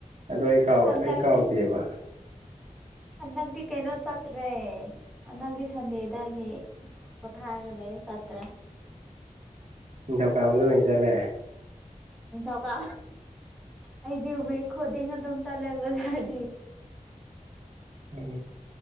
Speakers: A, on the right; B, in the centre.
A: ꯑꯗꯣ ꯑꯩ ꯀꯥꯎ
B: ꯍꯟꯗꯛ
A: ꯑꯩ ꯀꯥꯎꯗꯦꯕ
B: ꯍꯟꯗꯛꯇꯤ ꯀꯩꯅꯣ ꯆꯠꯇ꯭ꯔꯦ ꯍꯟꯗꯛꯇꯤ ꯁꯟꯗꯦꯗꯒꯤ ꯄꯣꯊꯥꯔꯒ ꯠ
A: ꯅꯤꯡꯊꯝꯀꯥꯕꯗ ꯑꯣꯏꯅ ꯆꯠꯂꯦ
B: ꯅꯤꯡ ꯅꯤꯡꯊꯧꯧꯀ ꯑꯩꯗꯤ ꯋꯦꯛ ꯈꯨꯗꯤꯡ ꯑꯗꯨꯝ ꯆꯠꯂꯦ ꯕꯖꯥꯔꯗꯤ
A: ꯎꯝ